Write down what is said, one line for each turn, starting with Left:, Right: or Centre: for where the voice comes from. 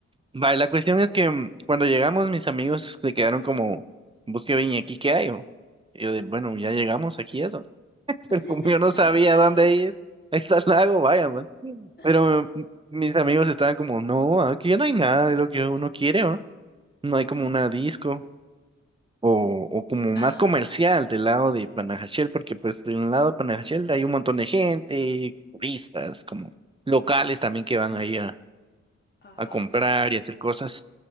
Right: Va, y la cuestión es que mm, cuando llegamos, mis amigos se quedaron como, busque bien, ¿y aquí qué hay? o?". Y yo de, bueno, ya llegamos aquí, eso. <laughs>
Left: <laughs>
Right: Pero como yo no sabía
Left: Ahí está el lago.
Right: dónde ir, ahí está el lago, vaya, man.
Left: <laughs>
Right: Pero mm, mis amigos estaban como, no, aquí no hay nada de lo que uno quiere, ¿no? No hay como una disco. o, o como más
Left: Ah,
Right: comercial del lado de Panajachel, porque pues de un lado de Panajachel hay un montón de gente, turistas, como locales también que van ahí a,
Left: Ajá.
Right: a comprar y hacer cosas.